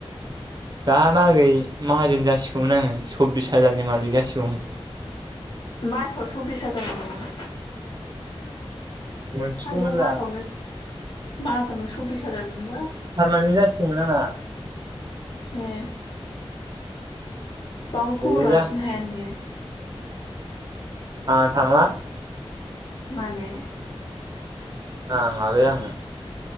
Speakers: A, on the right (about 40°); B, on the left (about 55°).
A: दालागै माहाजोन जासिगौमोन आंङो सब्बिस हाजारनि मालिक जासिगौमोन।
B: मासाव सब्बिस हाजार मोनोमोन?
A: मोनसिगौमोनब्रा
B: आयौ मासावनो
A: आं
B: मासावनो सब्बिस हाजार मोनो
A: पारमानेन्ट जासिगौमोन आंना।
B: ए बावनो
A: गैया
B: खबर लाफिननो हाया नोंङो?
A: आ थांङा।
B: मानो?
A: नांङालै आंनो।